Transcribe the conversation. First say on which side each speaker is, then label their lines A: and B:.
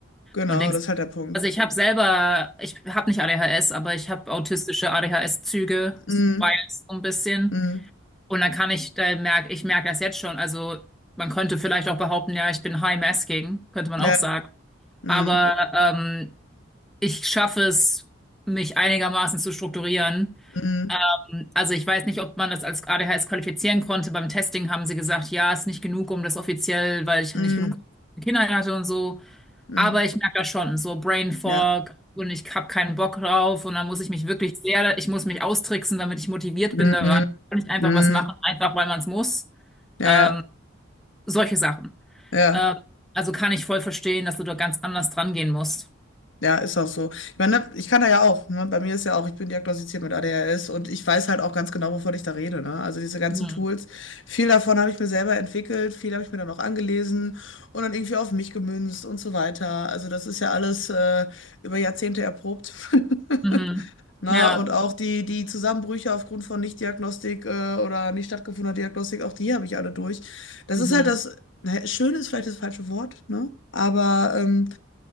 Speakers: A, on the left; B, in the centre.
A: genau,
B: Und denkst,
A: das ist halt der Punkt.
B: also ich habe selber, ich habe nicht ADHS, aber ich habe autistische ADHS-Züge,
A: Mhm,
B: Bias so ein bisschen.
A: mhm,
B: Und dann kann ich, da merk, ich merke das jetzt schon. Also man könnte vielleicht auch behaupten, ja, ich bin high-masking, könnte man
A: ja,
B: auch sagen.
A: mhm,
B: Aber ähm, ich schaffe es, mich einigermaßen zu strukturieren
A: mhm,
B: Ähm, also ich weiß nicht, ob man das als ADHS qualifizieren konnte. Beim Testing haben sie gesagt, ja, ist nicht genug, um das offiziell, weil ich
A: mhm,
B: nicht genug Kinder hatte und so.
A: mhm,
B: Aber ich merke das schon, so Brain Fog
A: ja,
B: und ich habe keinen Bock drauf und dann muss ich mich wirklich sehr, ich muss mich austricksen, damit ich motiviert
A: mhm,
B: bin da
A: mhm,
B: rein. Kann ich einfach
A: mhm,
B: was machen, einfach weil man es muss.
A: ja,
B: Ähm,
A: ja,
B: solche Sachen.
A: ja,
B: Ähm, also kann ich voll verstehen, dass du da ganz anders dran gehen musst.
A: ja, ist auch so. Ich meine, ne, ich kann da ja auch, ne? Bei mir ist ja auch, ich bin diagnostiziert mit ADHS und ich weiß halt auch ganz genau, wovon ich da rede, ne? Also diese ganzen
B: Mhm.
A: Tools, viel davon habe ich mir selber entwickelt, viel habe ich mir dann auch angelesen und dann irgendwie auf mich gemünzt und so weiter. Also das ist ja alles äh, über Jahrzehnte erprobt. <laughs>
B: Mhm.
A: Na,
B: Ja.
A: und auch die, die Zusammenbrüche aufgrund von Nichtdiagnostik äh, oder nicht stattgefundener Diagnostik, auch die habe ich alle durch. Das
B: Mhm.
A: ist halt das, ne, schön ist vielleicht das falsche Wort, ne? Aber ähm,